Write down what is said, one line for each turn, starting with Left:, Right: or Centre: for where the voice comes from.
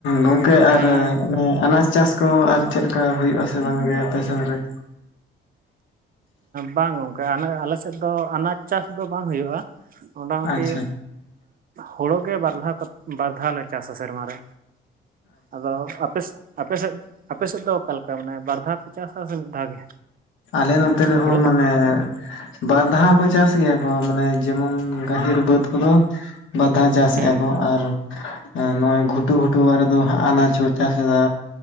Left: ᱜᱚᱝᱠᱮ
Right: ᱦᱮᱸ
Left: ᱟᱨ ᱚᱱᱮ ᱟᱱᱟᱡ ᱪᱟᱥ ᱠᱚ ᱟᱨ ᱪᱮᱫᱞᱮᱠᱟ ᱦᱩᱭᱩᱜᱼᱟ ᱥᱮ ᱵᱟᱝ ᱜᱮ ᱟᱯᱮ ᱥᱮᱱ ᱨᱮ?
Right: ᱵᱟᱝ ᱜᱚᱝᱠᱟᱮ ᱟᱞᱮᱥᱮᱫ ᱫᱚ ᱟᱱᱟᱡ ᱪᱟᱥ ᱫᱚ ᱵᱟᱝ ᱦᱩᱭᱩᱜᱼᱟ, ᱢᱚᱴᱟᱢᱩᱴᱤ
Left: ᱟᱪᱪᱷᱟ
Right: ᱦᱳᱲᱳ ᱜᱮ ᱵᱟᱨ ᱫᱷᱟᱣ ᱠᱚ, ᱵᱟᱨ ᱫᱷᱟᱣ ᱞᱮ ᱪᱟᱥᱟ ᱥᱮᱨᱢᱟᱨ ᱨᱮ᱾ ᱟᱫᱚ ᱟᱯᱮ ᱟᱯᱮᱥᱮᱫ ᱟᱯᱮᱥᱮᱫ ᱫᱚ ᱚᱠᱟᱞᱮᱠᱟ ᱢᱟᱱᱮ ᱵᱟᱨ ᱫᱷᱟᱣ ᱯᱮ ᱪᱟᱥᱟ ᱥᱮ ᱢᱤᱫ ᱫᱷᱟᱣ ᱜᱮ?
Left: ᱟᱞᱮ ᱱᱚᱱᱛᱮ ᱨᱮᱦᱚᱸ
Right: ᱦᱳᱲᱳ
Left: ᱢᱟᱱᱮ ᱵᱟᱨ ᱫᱷᱟᱣ ᱦᱚᱸᱠᱚ ᱪᱟᱥ ᱜᱮᱭᱟ ᱠᱚ ᱢᱟᱱᱮ ᱡᱮᱢᱚᱱ ᱜᱟᱹᱦᱤᱨ ᱵᱟᱹᱫᱽ ᱠᱚᱫᱚ ᱵᱟᱨᱫᱷᱟᱣ ᱪᱟᱥᱮᱫᱼᱟ
Right: ᱦᱮᱸ
Left: ᱠᱚ ᱟᱨ ᱱᱚᱜᱼᱚᱭ ᱜᱷᱩᱴᱩ-ᱜᱷᱩᱴᱩ ᱵᱟᱨᱮ ᱫᱚ ᱦᱟᱸᱜ ᱟᱱᱟᱡ ᱪᱟᱥ ᱮᱫᱟ